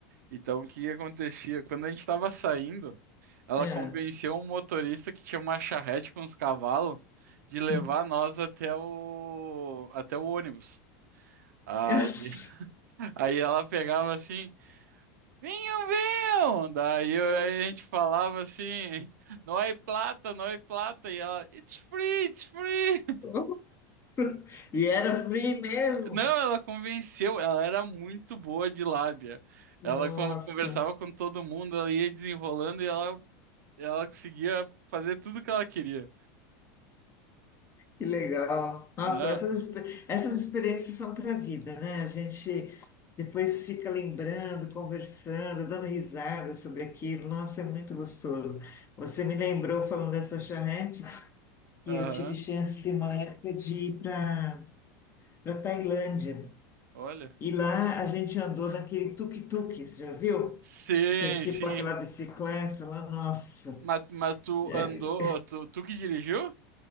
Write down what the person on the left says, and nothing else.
É.
<laughs>
Yes.
Nossa. E era free mesmo.
Nossa,
que legal. Nossa,
essas, expe- essas experiências são para a vida, né? A gente depois fica lembrando, conversando, dando risada sobre aquilo. Nossa, é muito gostoso. Você me lembrou falando dessa charrete que
eu tive chance uma época de ir para para Tailândia.
E lá a gente andou naquele tuk-tuk, você já viu?
Que é tipo
aquela bicicleta lá, nossa.
É-